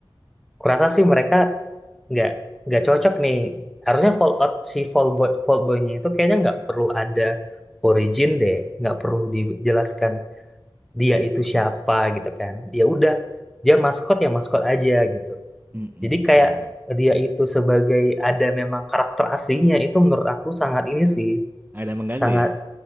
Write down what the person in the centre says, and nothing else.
Kurasa sih mereka nggak nggak cocok nih. Harusnya Fallout si Fallboy Fallboynya itu kayaknya nggak perlu ada origin deh, nggak perlu dijelaskan dia itu siapa gitu kan. Ya udah, dia maskot ya maskot aja gitu.
Jadi kayak dia itu sebagai ada memang karakter aslinya itu menurut aku sangat ini sih,
sangat